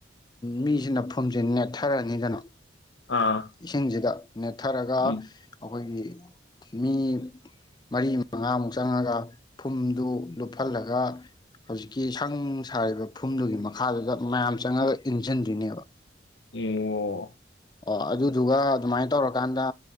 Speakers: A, on the left; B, on the left.
A: ꯃꯤꯁꯤꯅ ꯐꯨꯝꯁꯦ ꯅꯦꯠꯊꯔꯅꯤꯗꯅ
B: ꯑꯥ
A: ꯏꯁꯤꯡꯁꯤꯗ ꯅꯦꯠꯊꯔꯒ
B: ꯎꯝ
A: ꯑꯩꯈꯣꯏꯒꯤ ꯃꯤ ꯃꯔꯤ ꯃꯉꯥꯃꯨꯛ ꯆꯪꯉꯒ ꯐꯨꯝꯗꯨ ꯂꯨꯞꯍꯜꯂꯒ ꯍꯧꯖꯤꯛꯀꯤ ꯁꯪ ꯁꯥꯔꯤꯕ ꯐꯨꯝꯗꯨꯒꯤ ꯃꯈꯥꯗꯨꯗ ꯃꯌꯥꯝ ꯆꯪꯉꯒ ꯏꯟꯁꯤꯟꯗꯣꯏꯅꯦꯕ
B: ꯑꯣ
A: ꯑꯣ ꯑꯗꯨꯗꯨꯒ ꯑꯗꯨꯃꯥꯏꯅ ꯇꯧꯔꯀꯥꯟꯗ